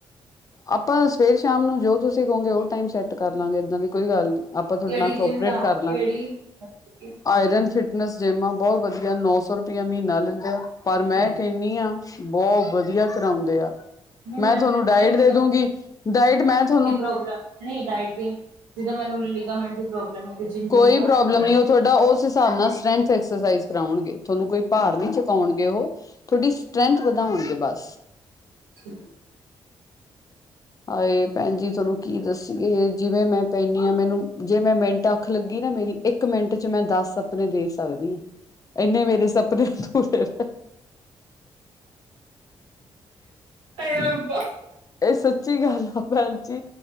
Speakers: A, on the left (about 30°); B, on the right (about 85°).
A: ਆਪਾਂ ਤਾਂ ਸਵੇਰੇ ਸ਼ਾਮ ਨੂੰ ਜੋ ਗੇ ਉਹ ਟਾਈਮ ਸੈੱਟ ਕਰ ਲਾਂਗੇ ਏਦਾਂ ਦੀ ਕੋਈ ਗੱਲ ਨੀ ਆਪਾਂ ਤੁਹਾਡੇ
B: ਕਿਹੜੀ
A: ਨਾਲ ਕੋਪਰੇਟ
B: ਜਿੰਮ ਜਾਓ
A: ਕਰ
B: ਕਿਹੜੀ
A: ਲਾਂਗੇ
B: ਮਤਲਬ ਕਿ
A: ਆਇਰਨ ਫਿਟਨੈਸ ਜੇਮ ਆ ਬਹੁਤ ਵਧੀਆ ਨੌ ਸੌ ਰੁਪਇਆ ਮਹੀਨਾ ਲੈਂਦੇ ਪਰ
B: ਠੀਕ
A: ਮੈਂ ਕਹਿਣੀ ਅਂ ਬਹੁਤ ਵਧੀਆ ਕਰਾਉਂਦੇ ਆ।
B: ਨਹੀਂ
A: ਮੈਂ ਤੁਹਾਨੂੰ
B: ਫਿਰ
A: ਡਾਇਟ
B: ਜਿਮ
A: ਦੇ ਦੂੰਗੀ ਡਾਇਟ ਮੈਂ ਤੁਹਾਨੂੰ
B: ਨੀ ਡਾਇਟ ਦੀ ਨੀ ਜਿੱਦਾ ਮੈਨੂੰ ਲਿਗਾਮੈਂਟ ਦੀ ਪ੍ਰੋਬਲਮ ਹੈ ਤੇ ਜਿੰਮ
A: ਕੋਈ
B: ਜੁਆਇਨ ਕਰ
A: ਪ੍ਰੋਬਲਮ
B: ਸਕਦੇ ਹਾਂ।
A: ਨਹੀਂ ਤੁਹਾਡਾ ਉਸ ਹਿਸਾਬ ਨਾਲ ਸਟਰੈਂਥ ਐਕਸਰਸਾਈਜ਼ ਕਰਾਉਣਗੇ ਤੁਹਾਨੂੰ ਕੋਈ ਭਾਰ ਨਹੀਂ ਚੁਕਾਉਣਗੇ ਉਹ ਤੁਹਾਡੀ ਸਟਰ੍ਰੈਂਥ ਵਧਾਉਣਗੇ ਬਸ
B: ਠੀਕ <unintelligible>
A: ਹਾਏ ਭੈਣ ਜੀ ਤੁਹਾਨੂੰ ਕੀ ਦਸੀਗੇ ਜਿਵੇਂ ਮੈਂ ਪੈਂਦੀ ਹਾਂ ਮੈਨੂੰ ਜੇ ਮੈਂ ਮਿੰਟ ਅੱਖ ਲੱਗੀ ਨਾ ਮੇਰੀ ਇੱਕ ਮਿੰਟ ਚ ਮੈਂ ਦਸ ਸਪਨੇ ਦੇਖ ਸਕਦੀ ਹਾਂ ਇੰਨੇ ਮੇਰੇ ਸਪਨੇ ਤ
B: ਹਾਏ ਰੱਬਾ
A: ਇਹ ਸੱਚੀ ਗੱਲ ਆ ਭੈਣ ਜੀ